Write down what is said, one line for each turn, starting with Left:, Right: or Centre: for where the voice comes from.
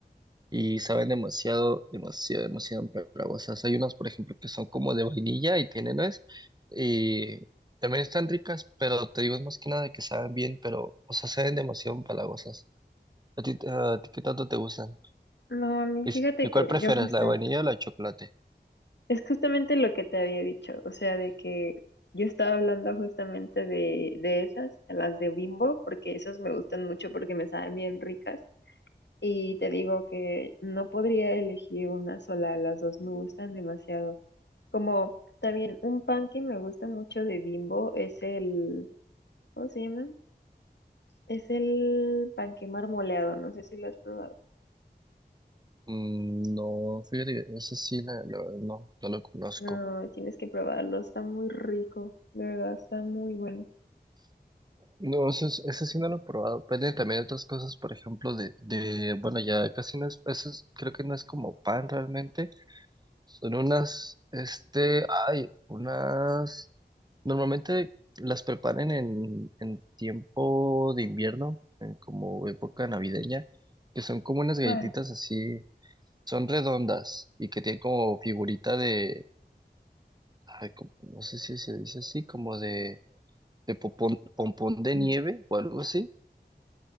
Right: y saben demasiado, demasiado, demasiado empalagosas. Hay unos por ejemplo, que son como de vainilla y tienen nuez, y también están ricas, pero te digo, es más que nada que saben bien, pero, o sea, saben demasiado empalagosas. ¿A ti, a ti qué tanto te gustan?
Left: No, a mí
Right: ¿Y,
Left: fíjate
Right: si- y
Left: que
Right: cuál prefieres,
Left: yo justo
Right: la de vainilla o la de chocolate?
Left: es justamente lo que te había dicho, o sea, de que yo estaba hablando justamente de, de esas, de las de Bimbo, porque esas me gustan mucho porque me saben bien ricas. Y te digo que no podría elegir una sola, las dos me gustan demasiado. Como también un pan que me gusta mucho de Bimbo es el, ¿cómo se llama? Es el panque marmoleado, no sé si lo has probado.
Right: Mm, no, fíjate, que esa sí, la, la verdad no, no lo conozco.
Left: No, tienes que probarlo, está muy rico, de verdad, está muy bueno.
Right: No, eso, es- eso sí no lo he probado. Depende también de otras cosas, por ejemplo, de, de, bueno, ya casi no es, eso es- creo que no es como pan realmente, Son unas, este, hay unas, normalmente las preparan en, en tiempo de invierno, en como época navideña, que son como unas galletitas
Left: ¿Cuál?
Right: así, son redondas y que tienen como figurita de, ay, como- no sé si se dice así, como de, de popón- pompón de
Left: Mm,
Right: nieve o algo así,